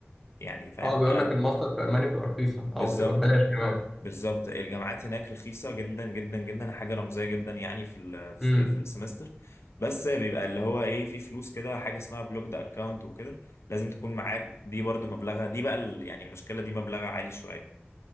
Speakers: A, on the left; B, in the centre.
A: يعني فاهم
B: اه بيقول
A: أقل-
B: لك الماستر في المانيا بتبقى رخيصه
A: بالظبط
B: او بتبقى ببلاش كمان
A: بالظبط الجامعات هناك رخيصة جدا جدا جدا حاجة رمزية جدا يعني في ال
B: امم
A: في السمستر بس بيبقى اللي هو ايه في فلوس كده حاجة اسمها بلوكد اكونت وكده لازم تكون معاك دي برضو مبلغها دي بقى ال- يعني المشكلة دي مبلغها عالي شوية